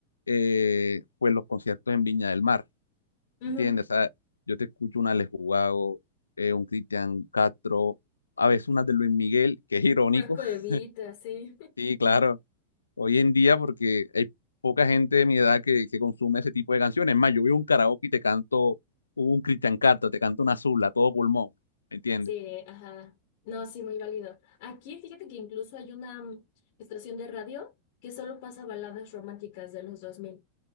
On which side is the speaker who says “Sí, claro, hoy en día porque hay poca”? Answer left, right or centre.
Left